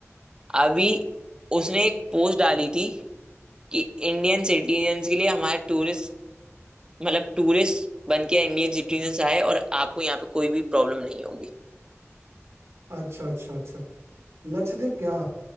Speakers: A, on the right; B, on the right.
A: अभी उसने एक पोस्ट डाली थी कि इंडियन सिटीजन्स के लिए हमारे टूरिस्ट मतलब टूरिस्ट बन के इंडियन सिटीजन आए और आपको यहाँ पे कोई भी प्रॉब्लम नहीं होगी
B: अच्छा अच्छा अच्छा लक्षद्वीप क्या